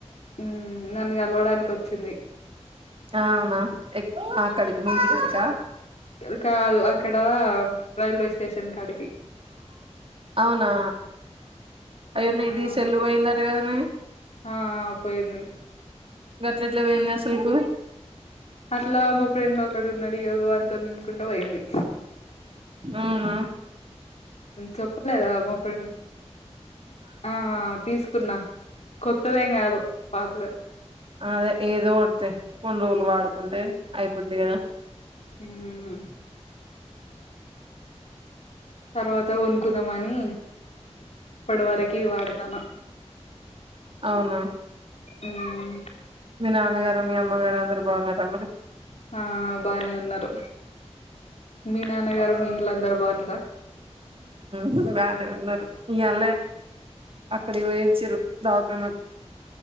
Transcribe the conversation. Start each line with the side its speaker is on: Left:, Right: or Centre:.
Left: హ్మ్ నన్ను కలవడానికి వచ్చింది
Right: ఆ అవునా ఎ ఆ కడుకు <unintelligible> కా
Left: అక్కడకాదు అక్కడ రైల్వే స్టేషన్ కాడికి
Right: అవునా అయ్యో నీది
Left: ఆ
Right: సెల్ పోయింది అంట కాదానే
Left: ఆ పోయింది
Right: గట్లఎట్లా పోయిందే అసలుకు
Left: అట్లా మా ఫ్రెండ్ ఒకడు ఉన్నాడు వానితో అనుకుంటా పోయింది
Right: ఆవునా
Left: చెప్పలేదా మా ఫ్రెండ్ ఆ తీసుకున్నా కొత్తదే కాదు పాతదే
Right: అదే ఏదో ఒక్కటిలే కొన్ని రోజులు వాడుకుంటే అయిపోద్ది కదా
Left: మ్మ్ తర్వాత కొనుకుందామ అని ఇప్పటి వరకు ఇది వాడతాను
Right: అవునా
Left: ఉమ్
Right: మీ నాన్నగారు మీ అమ్మగారు అందరు బాగున్నారా మరి
Left: ఆ బానే ఉన్నారు మీ నాన్నగారు మీ ఇంట్లో అందరు బాగున్నారా
Right: హు బానే ఉన్నారు ఇవాళ అక్కడికి పోయచ్చారు టవనకు